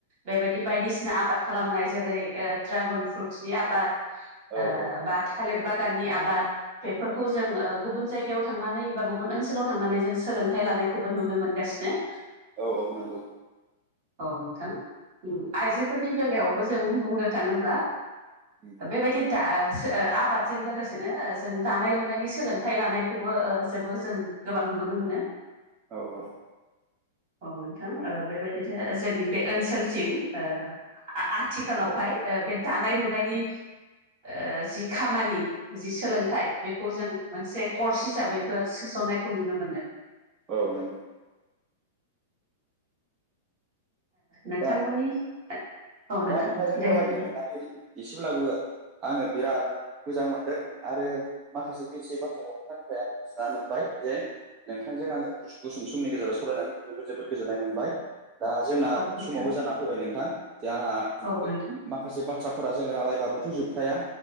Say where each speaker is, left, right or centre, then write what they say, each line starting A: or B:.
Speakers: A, on the right; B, on the right.
A: बेबायदि बायदिसिना आबाद खालामनाय जेरै ओ ड्रागन फ्रुटसनि आबाद
B: औ
A: ओ
B: औ
A: बा थालिर बागाननि आबाद बेफोरखौ जों ओ गुबुन जायगायाव थांनानै बा गुबुन ओनसोलाव थांनानै जों सो सोलोंथाइ लानायखौबो नुनो मोनगासिनो।
B: औ औ नंगौ
A: औ नोंथां ओम आइजोफोरनि बेलायावबो जों बुंनो थाङोब्ला
B: उम
A: बेबायदि दा ओ सो ओ आबादजों लोगोसेनो ओ जों दानाय-लुनायनि सोलोंथाइ लानायखौबो ओ जेबो जों गोबां नुनो मोनो।
B: औ औ।
A: औ नोंथां
B: नंगौ
A: ओ बेबायदिनो जोंनि बे ओनसोलथिं ओ आ आथिखालावहाय बे दानाय-लुनायनि ओ जि खामानि जि सोलोंथाइ बेखौ जों मोनसे कर्स हिसाबैबो सो‌ लोंनायखौ नुनो मोन्दों।
B: औ नंगौ
A: नोंथांमोननि
B: दा
A: औ नोंथां
B: दा नोंथांजों
A: दे
B: रायलायनो
A: बुंदो
B: मोननानै एसेब्लाबो आङो बिराद मोजां मोनदों आरो माखासे मिथियै बाथ्राफोरखौ मिथिना मोनबाय जे नोंथांजों आङो गुसुं समनि गेजेराव सावरायनानै जोबोद जोबोद गोजोननाय मोनबाय। दा जोंना
A: औ नोंथां
B: समावबो जाना फैबाय नोंथां जे आंहा
A: औ नोंथां
B: माखासे बाथ्रा जोङो रालाबाबोथ' जोबखाया